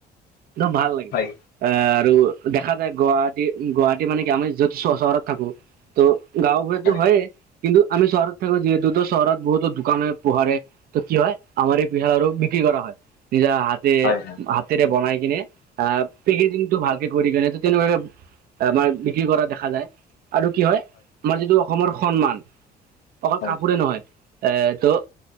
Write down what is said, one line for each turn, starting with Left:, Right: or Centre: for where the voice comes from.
Right: একদম ভাল লাগে।
Left: হয়
Right: এ আৰু দেখা যায় গুৱাহাটী গুৱাহাটী মানে কি আমি য'ত চহৰত থাকো ত' গাঁও বোৰতো
Left: হয়
Right: হয়য়ে, কিন্তু আমি চহৰত থাকো যিহেতু তো চহৰত বহুতো দোকান হয় পোহাৰে ত কি হয় আমাৰ এই পিঠাল আৰু বিক্ৰী কৰা হয়। নিজাৰ হাত
Left: হয় হয়
Right: হাতেৰে বনাই কিনে আহ পেকেজিংটো ভাল কৰি কিনে ত তেনেকুৱাকে আমাৰ বিক্ৰী কৰা দেখা যায় আৰু কি হয় আমাৰ যিটো অসমৰ সন্মান অকল
Left: হয়
Right: কাপোৰে নহয় এ ত